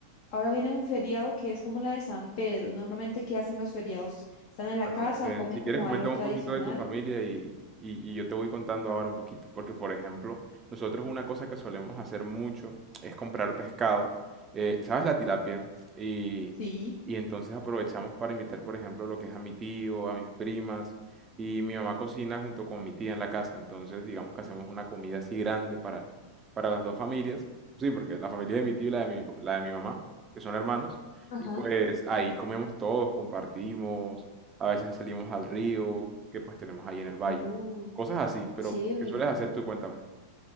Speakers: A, on the left (about 45°); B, on the right (about 20°).
A: ahora viene un feriado que es como la de San Pedro. Normalmente, ¿qué hacen los feriados? ¿Están en la
B: Bueno,
A: casa
B: eh,
A: o comen
B: si
A: como
B: quieres coméntame
A: algo tradicional?
B: un poquito de tu familia y, y- y yo te voy contando ahora un poquito, porque por ejemplo, nosotros una cosa que solemos hacer mucho es comprar pescado, eh, ¿sabes? La tilapia. Y,
A: Sí.
B: y entonces aprovechamos para invitar, por ejemplo, lo que es a mi tío, a mis primas, y mi mamá cocina junto con mi tía en la casa, entonces digamos que hacemos una comida así grande para, para las dos familias, sí, porque la familia de mi tío y la de mi, la de mi mamá, que son hermanos,
A: Ajá.
B: y pues ahí comemos todos, compartimos a veces salimos al río que pues tenemos ahí en el valle.
A: Uh,
B: Cosas así, pero
A: chévere.
B: ¿qué sueles hacer tú? Cuéntame.